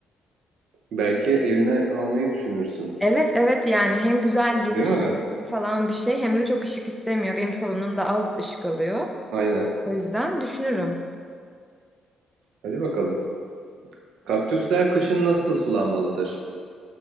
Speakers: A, on the right; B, in the centre.
A: Belki evine almayı düşünürsün.
B: Evet evet yani hem güzel geniş
A: Değil mi?
B: falan bir şey hem de çok ışık istemiyor. Benim salonumda az ışık alıyor.
A: Aynen.
B: O yüzden düşünürüm.
A: Hadi bakalım. Kaktüsler kışın nasıl sulanmalıdır?